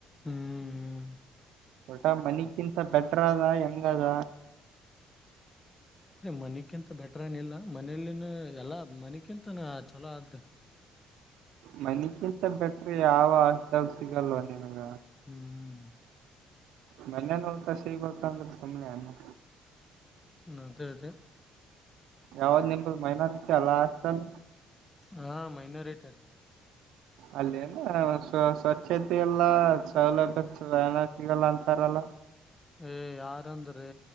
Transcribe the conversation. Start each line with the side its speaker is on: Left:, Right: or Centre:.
Left: ಹ್ಮ್ ಹ್ಮ್
Right: ಟ ಮನಗಿಂತ ಬೆಟರ್ ಅದ ಹೆಂಗ್ ಅದ
Left: ಮನಗಿಂತ ಬೆಟ್ರನ ಇಲ್ಲ ಮನೇಲಿನು ಎಲ್ಲಾ ಮನಗಿಂತನು ಚಲೋ ಆದ್ರಿ ಹ್ಮ
Right: ಮನಗಿಂತ ಬೆಟರ್ ಯಾವ ಹಾಸ್ಟೆಲ್ ಸಿಗಲೋ ನಿನ್ಗ
Left: ಹ್ಮ್ ಹ್ಮ್
Right: ಮನ್ಯನ ಊಟಾ ಸಿಗ್ಬೇಕಂದ್ರೆ ಸುಮ್ನೆನೆನ್ನು
Left: ಅದೇ ಅದೇ
Right: ಯಾವ್ದ್ ನಿಮದು ಮೈನಾರಿಟ ಅಲ್ಲ ಹಾಷ್ಟಲ್ಲ
Left: ಹಾ ಮೈನೋರಿಟಿ ರೀ
Right: ಅಲ್ಲಿ ಏನ ಸ್ವ ಸ್ವಚ್ಛತೆ ಎಲ್ಲ ಸೌಲಭ್ಯ ಏನ ಸಿಗಲ್ಲ ಅಂತಾರಲ್ಲ
Left: ಹೇ ಯಾರಂದ್ರೆ